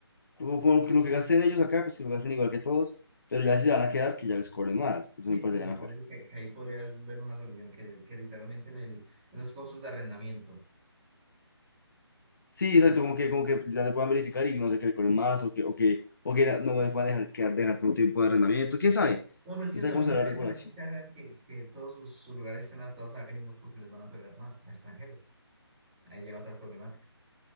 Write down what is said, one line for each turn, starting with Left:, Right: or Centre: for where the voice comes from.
Left: como, como que lo que gasten ellos acá, pues que lo gasten igual que todos, pero ya si se van a quedar, que ya les cobren más, eso
Right: Sí,
Left: me parecería
Right: sí, me
Left: mejor.
Right: parece que, que ahí podría haber una solución que, que literalmente en el, en los costos de arrendamiento.
Left: Sí, exacto, como que, como que ya se puedan verificar y no sé, que recuerden más o que, o que, o que era- no les puedan dejar, quedar, dejar por un tiempo de arrendamiento, quién sabe,
Right: No, pero es que
Left: quién
Right: también
Left: sabe cómo será
Right: llevaría
Left: la regulación.
Right: que la gente haga que, que todos sus, sus lugares estén adaptados a gringos porque les van a pegar más a extranjeros. Ahí llega otra problemática.